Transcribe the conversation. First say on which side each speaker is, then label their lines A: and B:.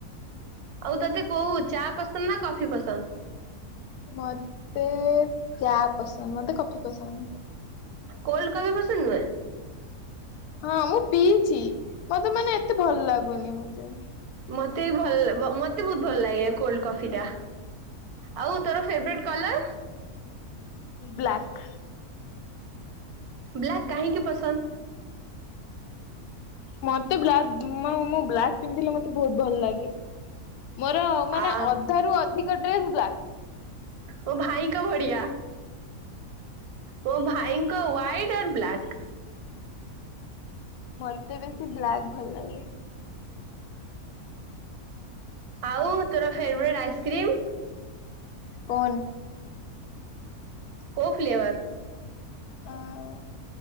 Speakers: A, on the right (about 80°); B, on the left (about 90°).
A: ଆଉ ତତେ କୋଉ ଚା ପସନ୍ଦ ନା କଫି ପସନ୍ଦ?
B: ମତେ ଚା ପସନ୍ଦ ମତେ କଫି ପସନ୍ଦ।
A: କୋଲ୍ଡ କଫି ପସନ୍ଦ ନୁହେଁ?
B: ହଁ ମୁଁ ପିଇଛି ମତେ ମାନେ ଏତେ ଭଲ ଲାଗୁନି ମତେ।
A: ମତେ ବି ଭଲ ମତେ ବହୁତ ଭଲ ଲାଗେ କୋଲଡ କଫିଟା। ଆଉ ତୋର ଫେବରଟ୍ କଲର?
B: ବ୍ଲାକ୍।
A: ବ୍ଲାକ୍ କାହିଁକି ପସନ୍ଦ?
B: ମତେ ବ୍ଲାକ ମୋ ମୁଁ ବ୍ଲାକ୍ ପିନ୍ଧିଲେ ମତେ ବହୁତ ଭଲ ଲାଗେ। ମୋର ମାନେ
A: ଆ
B: ଅଧା ରୁ ଅଧିକ ଡ୍ରେସ ବ୍ଲାକ୍।
A: ମୋ ଭାଇଙ୍କ ଭଡିଆ। ମୋ ଭାଇଙ୍କ ୱାଇଟ ଅର୍ ବ୍ଲାକ୍।
B: ମତେ ବେଶୀ ବ୍ଲାକ୍ ଭଲ ଲାଗେ।
A: ଆଉ ତୋର ଫେବରେଟ୍ ଆଇସ୍କ୍ରିମ୍?
B: କୋନ୍।
A: କୋଉ ଫ୍ଲେବର?
B: ଆଁ